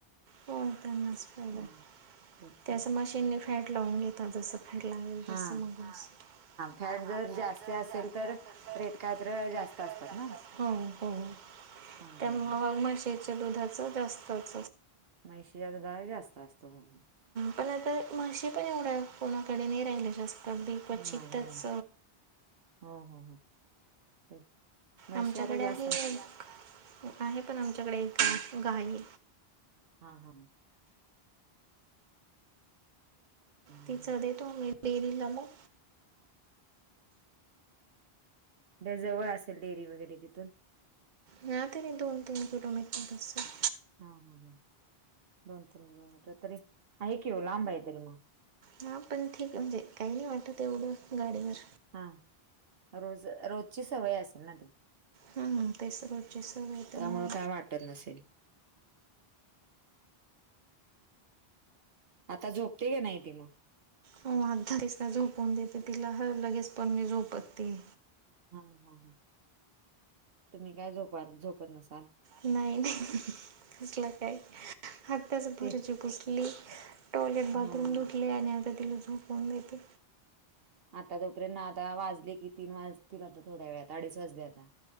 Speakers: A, on the right (about 50°); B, on the right (about 70°).
A: हो त्यांनाच अ
B: हो तेच की
A: ते असं मशीनने फॅट लावून घेतात जस फॅट लागेल
B: हा
A: तस मग हा
B: फॅट
A: हा फॅट
B: जास्ती
A: जर
B: असेल
A: जास्त,
B: तर
A: असेल तर
B: रेट काय जास्त असतात
A: जास्त
B: ना
A: असते हो हो
B: हा हा
A: त्यामुळ
B: हा
A: मग म्हशीच्या दुधाच जास्तच अस
B: म्हशीच्या दुधाला जास्त असतो म्हणून
A: पण आता तर म्हशी पण एवढ्या, कोणाकडे नाही राहिल्या जास्त बिक व चित्तच
B: नाही हो हो हो हो तेच म्हशी
A: आमच्याकडे
B: आता जास्त
A: आहे
B: ना
A: एक आहे, पण आमच्याकडे एक गाई
B: हा हा हम्म.
A: तीच देतो आम्ही पेरीला मग
B: त्या जवळ असेल डेअरी वगैरे तिथून
A: नाही तरी दोन तीन किलोमीटर बस आहे.
B: हा हा ह दोन तीन किलो म्हटल तरी. आहे की ओ लांब आहे कुठतरी मग
A: हा पण ठीक म्हणजे काही, नाही वाटत एवढं गाडीवर
B: हा रोज रोजची सवय असेल ना तुम्ही
A: हम ते सर्वचे सर्व येतमु.
B: त्यामुळे काय वाटत नसेल. आता झोपते का नाहीती मग
A: हो अर्धा <unintelligible> झोपून देते तिला ह लगेच पण नाही झोपत ती.
B: हा हा हा तुम्ही काय झोपा झोपत नसाल.
A: नाही नाही तसलं काही आताच फरची
B: ते
A: पुसली. टॉयलेट बाथरूम
B: हम्म.
A: धुतले आणी आता तिला झोपवून देते.
B: आता तोपर्यंत आता वाजले की तीन वाजतील आता थोड्या वेळात अडीच वाजले आता